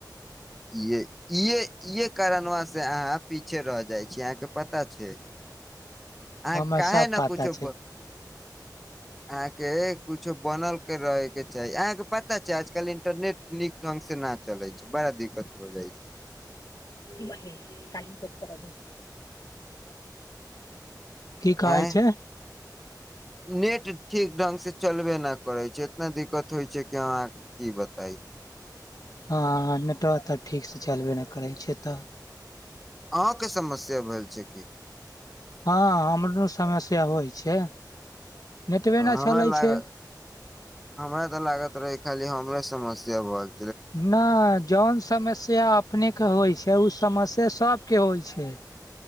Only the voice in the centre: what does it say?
ये इे इहे कारनवा से अहाँ पीछे रह जाइ छी अहाँके पता छै। अहाँ
काहे
ने
कुछो
अहाँके कुछो बनल के रहे के चाही अहाके पता छै आजकल इंटरनेट नीक ढंग से न चलै छै। बड़ा दिक्कत हो जाइ छै।
आय
नेट ठीक ढंग से चलबे ना करै छै इतना दिक्कत होइ छै कि अहाँके की बताई।
अहों के समस्या भईल छै की।
हमरा
लाग
हमरा तऽ लागत रहे खाली हमरे समस्या हल।